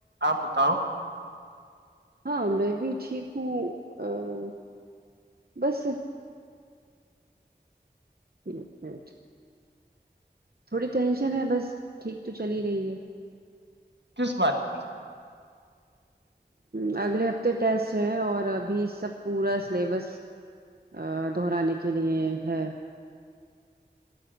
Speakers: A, on the right; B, on the right.
A: آپ بتاؤ
B: ہاں میں بھی ٹھیک ہوں بس ایک منٹ تھوڑی ٹینشن ہے بس ٹھیک تو چل ہی رہی ہے
A: کس بات کی
B: ہ اگلے ہفتے ٹیسٹ ہے اور ابھی سب پورا سلیبس ا دہرانے کے لیے ہے